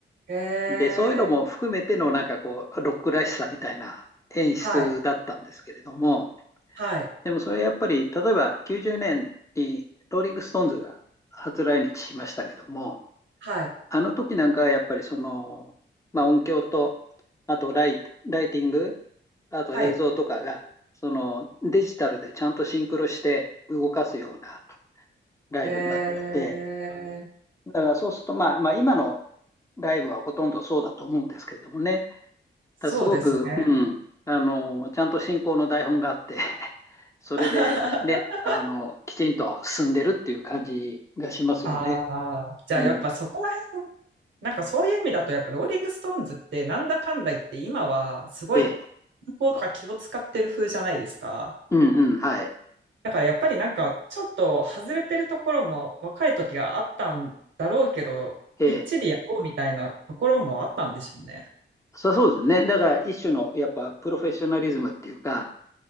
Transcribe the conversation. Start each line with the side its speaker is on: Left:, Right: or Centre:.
Right: え
Left: で、そういうのも含めての、
Right: ー、
Left: なんかこう、ロックらしさみたいな演出だったんですけれども、
Right: はい。はい。
Left: でもそれやっぱり、例えば90年にローリング・ストーンズが初来日しましたけども、
Right: はい。
Left: あの時なんかはやっぱりその、まあ、音響と、あとライ、ライティング、あと映像とかが、
Right: はい。
Left: そのデジタルでちゃんとシンクロして動かすようなライブになっていて、
Right: えー、
Left: だからそうすると、まあ、まあ今のライブはほとんどそうだと思うんですけれどもね、
Right: そうですね。
Left: ただすごく、うん、あの、ちゃんと進行の台本があって、<laughs> それでね、
Right: <laughs>
Left: あの、きちんと進んでるっていう感じがしますよね。
Right: ああ、じゃあやっぱそこら辺、
Left: うん。
Right: なんかそういう意味だとやっぱローリングストーンズってなんだかんだ言って今はすごい
Left: ええ。
Right: 考とか気を使ってる風じゃないですか。
Left: うんうん。はい。
Right: だからやっぱりなんかちょっと外れてるところも若い時があったんだろうけど、
Left: ええ
Right: きっちりやろうみたいなところもあったんでしょうね。
Left: そうそうですね。だから一種のやっぱプロフェッショナリズムっていうか、